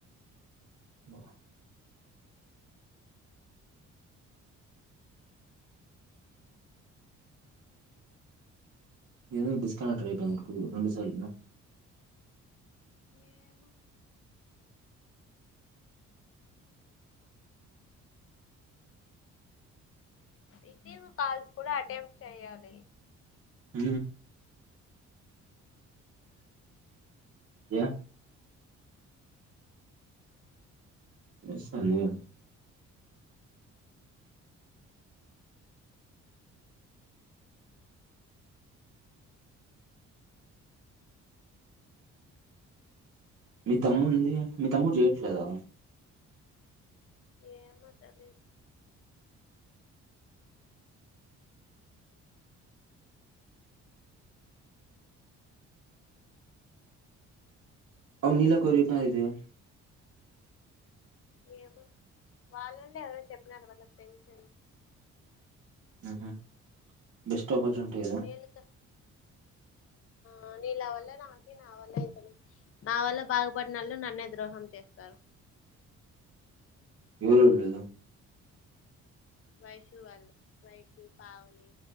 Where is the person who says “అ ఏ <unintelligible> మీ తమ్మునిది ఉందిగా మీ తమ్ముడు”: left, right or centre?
Right